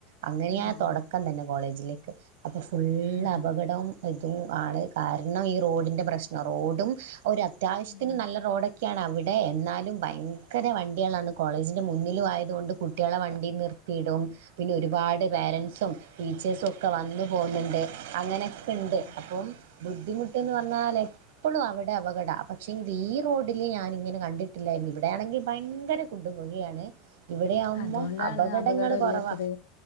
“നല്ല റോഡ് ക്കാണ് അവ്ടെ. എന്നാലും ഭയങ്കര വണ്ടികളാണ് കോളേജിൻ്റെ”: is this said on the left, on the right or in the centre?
Right